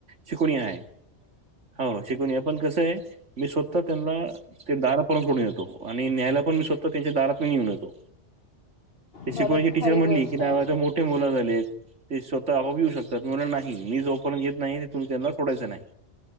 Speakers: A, on the right (about 85°); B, on the left (about 55°).
A: शिकवणी आहे हो शिकवणी हाय पण कसंय मी स्वत त्यांनला ते दारात पर्यंत सोडून येतो आणि न्यायला पण मी स्वतः त्यांच्या दारातून घेऊन येतो. ते शिकवण्याची
B: खरं
A: टीचर
B: खरी
A: म्हणली
B: गोष्ट
A: की नाही
B: आहे
A: आता मोठे मुल झालेत ते स्वत हा पण येऊ शकतात मी म्हणल नाही मी जोपर्यंत येत नाही तो पर्यंत तुम्ही त्यांना सोडायच नाही.